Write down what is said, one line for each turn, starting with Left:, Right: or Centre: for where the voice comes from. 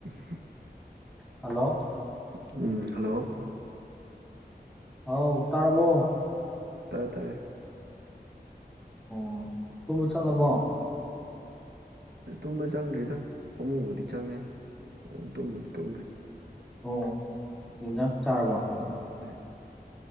Right: ꯑ
Centre: ꯍꯜꯂꯣ
Right: ꯎꯝ ꯍꯜꯂꯣ
Centre: ꯍꯥꯎ ꯎ ꯇꯔꯕꯣ
Right: ꯇꯥꯏꯌꯦ ꯇꯥꯏꯌꯦ
Centre: ꯑꯣ ꯊꯨꯝꯕ ꯆꯪꯉꯕꯣ
Right: ꯇꯨꯝꯕ ꯆꯪꯗ꯭ꯔꯤꯗ ꯐꯃꯨꯡꯕꯨꯗꯤ ꯆꯪꯉꯦ ꯑꯗꯨ ꯇꯨꯝꯕꯗꯤ ꯇꯨꯝꯗ꯭ꯔꯤ
Centre: ꯑꯣ ꯌꯦꯗꯥꯡ ꯆꯔꯔꯕ
Right: ꯎꯝ